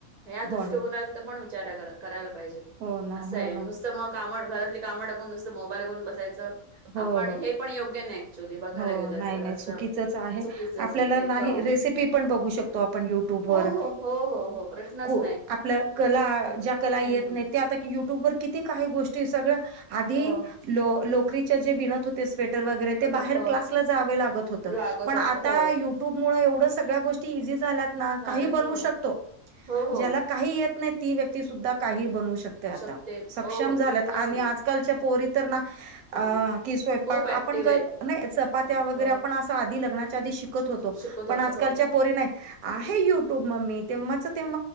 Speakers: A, on the right (about 55°); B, on the right (about 80°).
A: ह्या दृष्टीकोनात
B: हो ना
A: पण विचार करायला पाहिजे
B: हो ना
A: असं
B: हो
A: हाय
B: ना
A: नुस मग कामड घरातली कामं टाकून नुसत मोबाईल घऊन बसायचं
B: हो
A: आपण
B: हो
A: हे पण योग्य नाही ऍक्च्युली बघायला
B: हो
A: गेलं
B: नाही
A: तर
B: नाही
A: असं.
B: चुकीचच आहे
A: चुकीचंच
B: आपल्याला
A: आहे ते
B: नाही
A: हो
B: रेसिपी पण बघू शकत तो आपण यूट्यूब
A: हो
B: वर
A: हो हो हो हो प्रश्नच
B: कु
A: नाही.
B: आपल्या कला
A: हम्म
B: ज्या कला येतं नाही ते आता युट्यूब वर किती काही गोष्टी सगळ्या आधी
A: हो
B: लो लोकरीच्या जे विणत हो ते स्वेटर वगैरे
A: परत
B: ते बाहेर
A: हो
B: क्लासला जावे लागत होत.
A: लागत
B: पण
A: होत
B: आता
A: हो.
B: युट्यूब मूळ एवढ सगळ्या गोष्टी इझी झाल्यात
A: झालं
B: काही बनवू
A: हो
B: शकतो
A: हो हो
B: ज्याला काही येत नाही ती व्यक्ती सुद्धा काही बनवू शकतो आता
A: शकते
B: सक्षम
A: हो हो
B: झाल्यात
A: प्रश्नच
B: आणि
A: नाही
B: आजकालच्या पोरी तर ना
A: ह
B: अ कि स्वयंपाक
A: खूप ऍक्टिव्ह
B: आपण कर
A: आहेत.
B: नाही चपात्या
A: हो
B: वगैरे
A: हो
B: आपण असं आधी लग्नाच्या आधी शिक <unintelligible> होतो
A: शिकत
B: पण
A: होत
B: आजकालच्या
A: हो
B: पोरी नाही आहे युट्यूब म मी तेव्हाचं तेव्